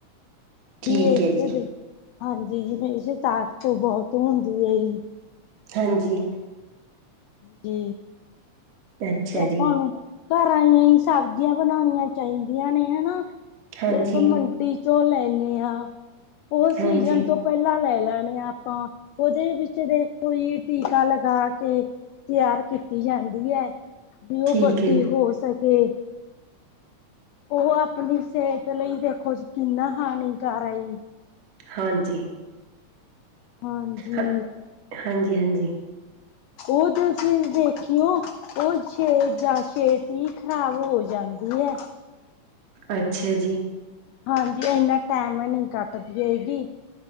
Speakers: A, on the right (about 60°); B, on the left (about 80°).
A: ਠੀਕ
B: ਵੀ ਇਦ
A: ਹੈ
B: ਚ
A: ਜੀ
B: ਦੇ ਹਾਂਜੀ ਜੀ ਵੀ ਇਦੇ ਚ ਤਾਕਤ ਬਹੁਤ ਹੁੰਦੀ ਏ ਜੀ।
A: ਹਾਂਜੀ।
B: ਕੀ।
A: ਅੱਛਾ
B: ਤੇ ਆਪਾਂ
A: ਜੀ
B: ਨੂੰ, ਘਰਾਂ ਆਈਆਂ ਈ ਸਬਜ਼ੀਆਂ ਬਣਾਣੀਆਂ ਚਾਈਦੀਆਂ ਨੇ ਹਨਾਂ।
A: ਹਾਂਜੀ
B: ਜ਼ੇ ਆਪਾਂ ਮੰਡੀ ਚੋਂ ਲੈਂਣੇ ਆਂ, ਓ
A: ਹਾਂਜੀ
B: ਸੀਜਨ ਤੋਂ ਪੈਲਾਂ ਲੈ ਲੈਣੇ ਆ ਆਪਾਂ, ਓਦੇ ਵਿੱਚ ਦੇਖੋ ਜੀ ਟੀਕਾ ਲਗਾ ਕੇ ਤਿਆਰ ਕੀਤੀ ਜਾਂਦੀ ਐ, ਵੀ ਓ
A: ਠੀਕ
B: ਵੱਡੀ
A: ਹੈ ਜੀ
B: ਹੋ ਸਕੇ। ਓ ਆਪਣੀ ਸਿਹਤ ਲਈ ਦੇਖੋ ਜੀ, ਕਿੰਨਾ ਹਾਨੀਕਾਰ ਆਈ।
A: ਹਾਂਜੀ।
B: ਹਾਂਜੀ।
A: ਹ ਹਾਂਜੀ ਹਾਂਜੀ।
B: ਓ ਤੁਸੀਂ ਦੇਖਿਓ। ਓ ਛੇ ਜਾ ਛੇਤੀ ਈ ਖ਼ਰਾਬ ਹੋ ਜਾਂਦੀ ਐ।
A: ਅੱਛਾ ਜੀ।
B: ਹਾਂਜੀ ਇੰਨਾ ਟੈਮ ਨੀ ਕੱਟਦੀ ਹੈਏਗੀ।